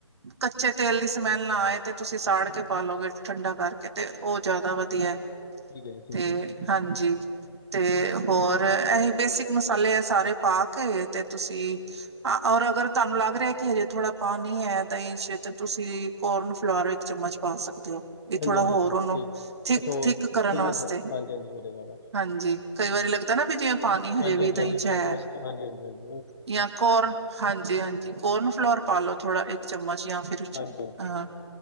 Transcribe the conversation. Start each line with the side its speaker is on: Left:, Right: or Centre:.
Right: ਕੱਚੇ ਤੇਲ ਦੀ ਸਮੈਲ ਨਾ ਆਏ, ਤੇ ਤੁਸੀਂ ਸਾੜ ਕੇ ਪਾ ਲਓਗੇ, ਠੰਡਾ ਕਰਕੇ ਤੇਲ। ਉਹ ਜਿਆਦਾ ਵਧੀਆ।
Left: ਠੀਕ ਐ ਜੀ, ਠੀਕ।
Right: ਤੇ
Left: ਹੈ
Right: ਹਾਂਜੀ। ਤੇ ਹੋਰ, ਇਹ ਬੇਸਿਕ ਮਸਾਲੇ ਆ ਸਾਰੇ ਪਾ ਕੇ, ਤੇ ਤੁਸੀਂ ਔਰ ਅਗਰ ਤੁਹਾਨੂੰ ਲੱਗ ਰਿਹਾ ਕਿ ਹਜੇ ਥੋੜਾ ਪਾਣੀ ਐ ਦਹੀਂ ਚ, ਤੇ ਤੁਸੀਂ ਕੋਰਨ ਫਲੋਰ ਚਮਚ ਪਾ ਸਕਦੇ ਓ। ਵੀ ਥੋੜਾ
Left: ਹਾਂਜੀ ਹਾਂਜੀ
Right: ਹੋਰ ਉਹਨੂੰ
Left: ਠੀਕ
Right: ਥਿਕ-
Left: ਅੱਛਾ ਉਹ
Right: ਥਿਕ ਕਰਨ
Left: ਥਿਕਨੈਸ
Right: ਵਾਸਤੇ,
Left: ਹਾਂਜੀ ਹਾਂਜੀ ਹੋ ਜਾਏਗਾ ਉਹਦਾ
Right: ਹਾਂਜੀ। ਕਈ ਵਾਰੀ ਲੱਗਦਾ ਨਾ ਵੀ, ਜਿਵੇਂ ਪਾਣੀ ਹਜੇ
Left: ਹਾਂਜੀ
Right: ਵੀ
Left: ਹਾਂਜੀ
Right: ਦਹੀਂ
Left: ਹਾਂਜੀ
Right: ਚ ਹੈ।
Left: ਪਾਣੀ ਹਾਂਜੀ ਹਾਂਜੀ- ਹਾਂਜੀ-ਹਾਂਜੀ।
Right: ਜਾਂ ਕੋਰਨ, ਹਾਂਜੀ- ਹਾਂਜੀ ਕੋਰਨ ਫਲੋਰ ਪਾ ਲੋ ਥੋੜਾ ਇੱਕ ਚਮਚ ਜਾਂ ਫਿਰ
Left: ਹਾਂਜੀ ਹਾਂਜੀ।
Right: ਅਹ